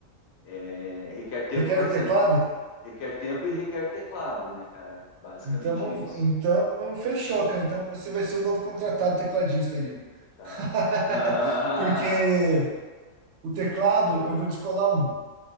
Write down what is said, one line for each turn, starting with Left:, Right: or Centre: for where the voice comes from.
Left: é, requer tempo
Right: Requer
Left: para
Right: o teclado?
Left: Requer tempo e requer teclado, né, cara? Basicamente
Right: Então, vamos,
Left: isso,
Right: então fechou, cara. Então você vai ser o novo contratado tecladista ali.
Left: tá?
Right: <laughs>
Left: <laughs>
Right: Porque O teclado, eu vou descolar um.